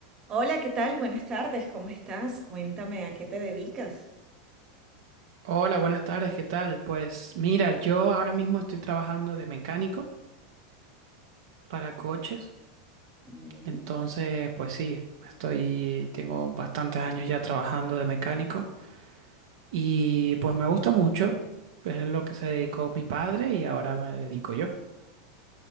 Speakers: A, on the right; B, on the right.
A: Hola, ¿qué tal? Buenas tardes, ¿cómo estás? Cuéntame, ¿a qué te dedicas?
B: Hola, buenas tardes, ¿qué tal? Pues mira, yo ahora mismo estoy trabajando de mecánico para coches,
A: Bien.
B: entonces pues sí, estoy, tengo bastantes años ya trabajando de mecánico y pues me gusta mucho, es lo que se dedicó mi padre y ahora me dedico yo.